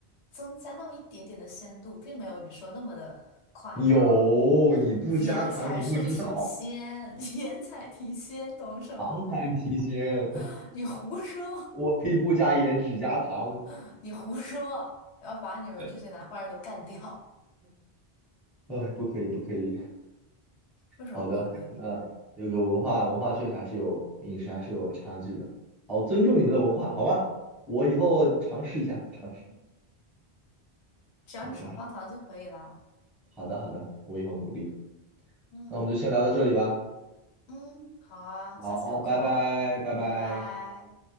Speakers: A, on the left; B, in the centre.
A: 增加那么一点点的鲜度，并没有你说那么的夸张。
B: 有，你不加糖你不知道，
A: 盐才是提鲜，<laughs> 盐才提鲜，懂什么？
B: 糖才是提鲜。
A: <laughs>
B: <laughs>
A: 你胡说，
B: 我可以不加盐，只加糖。
A: <laughs> 你胡说，要把你们这些南方人都干掉，
B: <laughs> 嗯，不可以，不可以。
A: 为什么不可以？
B: 好的，那有个文化文化确实还是有饮食还是有差距的。好，尊重你们的文化，好吧？我以后尝试一下，尝试，
A: 只要你少放糖就可以了。
B: 好，尝试。好的，好的，我以后努力。
A: 嗯
B: 那我们就先聊到这里吧。
A: 嗯，好啊，
B: 好，
A: 下次有空，
B: 拜拜，拜拜。
A: 拜拜。